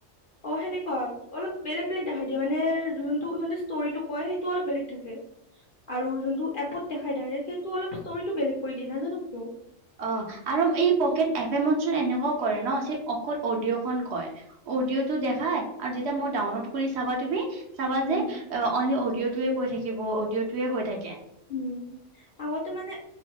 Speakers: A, on the left; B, on the right.
A: অ', সেনেকুৱা অলপ বেলেগ বেলেগ দেখাই দিয়ে মানে যোনটো সিহঁতে ষ্টৰিটো কয় সেইটো অলপ বেলেগ থাকে। আৰু যোনটো এপত দেখাই ডাইৰেক্ট সেইটো অলপ ষ্টৰিটো বেলেগ কৰি দিয়ে নাজানো কিয়।
B: অ', আৰু এই পকেট এফ এমত চোন এনেকুৱাও কৰে ন' চ অকল অডিঅ'খন কয় অডিঅ'ত দেখাই আৰু যেতিয়া মই ডাউনলোড কৰি চাবা তুমি চাবা
A: উম,
B: যে অনলি অডিঅ' অডিঅ'টোৱে কৈ থাকিব অডিঅ'টোৱে কৈ থাকিব
A: উম, আগতে মানে